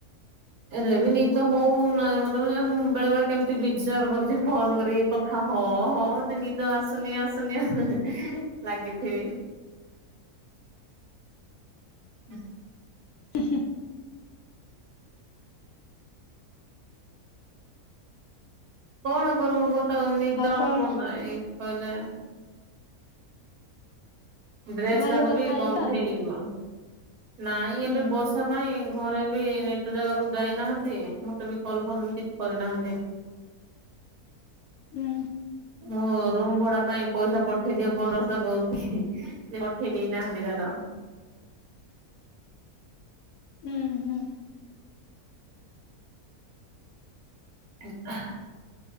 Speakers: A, on the right (about 70°); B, on the left (about 70°).
A: ହେଲେ ବି ନିଦ ହଉନାହିଁ ମତେ ବେଲେ ମୁଁ ବେଳେ ବେଳେ କେମିତି ବିଜାର କରୁଛି ଫୋନ କରିକି କ ଥା ହଁ ହଁ ତ ନିଦ ଆସୁନି ଆସୁନି ହେଁ ହେଁ ଲାଗିଥିବି। ହ <inaudible>
B: ହୁଁ ହୁଁ।
A: କଣ କରିବୁ ଗୋ ତାକୁ ନିଦ
B: ଆଉ
A: ଆସିବ
B: କଣ
A: ନାଇଁ କହିଲେ। ଡ୍ରେସ୍
B: ଘରେ
A: ତାକ
B: କଥା
A: ବି
B: ହେଇଥା
A: ଗନ୍ଧେଇବ ନାଇଁ
B: ହୁଁ
A: ଏବେ ବର୍ଷ ବର୍ଷା ପାଇଁ ଘରେ ବି ନେଟ ଜାଗାକୁ ଯାଇନାହାନ୍ତି ମତେ ବି କଲ ଫଲ ବି କିଛି କରିନାହାନ୍ତି।
B: ହୁଁ
A: ମୋ। ରୁମ ଭଡା ପାଇଁ ପଇସା ପଠେଇଦିଅ ପନ୍ଦରଶହ କହୁଥିଲି ପଠେଇ ଦେଇନାହାନ୍ତି ଦାଦା।
B: ହୁଁ ହୁଁ।
A: ଏନ୍ତା।